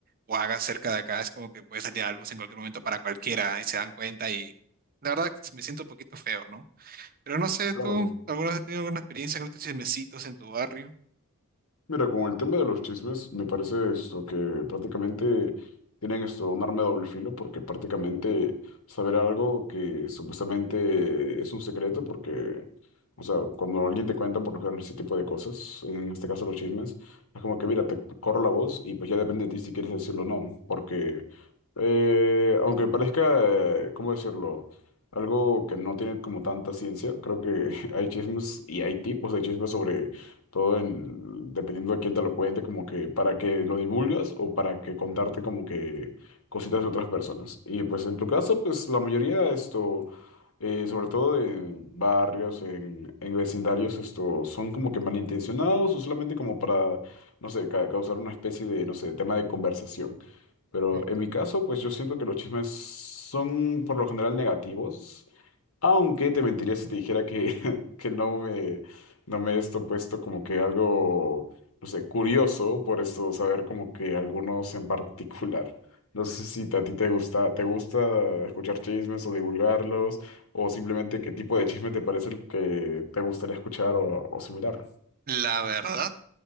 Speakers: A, on the right; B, on the left.
A: o hagas cerca de acá es como que puede salir algo en cualquier momento para cualquiera y se dan cuenta y la verdad que me siento un poquito feo, ¿no? Pero no sé,
B: Claro.
A: tú, ¿alguna vez has tenido alguna experiencia con estos chismecitos en tu barrio?
B: Mira, con el tema de los chismes, me parece esto que prácticamente tienen esto un arma de doble filo, porque prácticamente saber algo que supuestamente es un secreto, porque, o sea, cuando alguien te cuenta por lo general ese tipo de cosas, en este caso los chismes, es como que, mira, te corro la voz y pues ya depende de ti si quieres decirlo o no, porque eh, aunque parezca, eh, ¿cómo decirlo? Algo que no tiene como tanta ciencia, creo que <laughs> hay chismes y hay tipos de chismes sobre todo en, dependiendo de quién te lo cuente, como que para que lo divulgas o para que contarte como que cositas de otras personas. Y pues en tu caso, pues la mayoría esto, eh, sobre todo en barrios, en, en vecindarios, esto son como que malintencionados o solamente como para, no sé, ca- causar una especie de, no sé, tema de conversación. Pero
A: Ujú.
B: en mi caso, pues yo siento que los chismes son por lo general negativos. Aunque te mentiría si te dijera que, <laughs> que no me, no me he esto puesto como que algo, no sé, curioso por esto, saber como que algunos en particular. No sé si a ti te gusta, te gusta escuchar chismes o divulgarlos, o simplemente qué tipo de chisme te parece el que te gustaría escuchar o, o similar.
A: La verdad.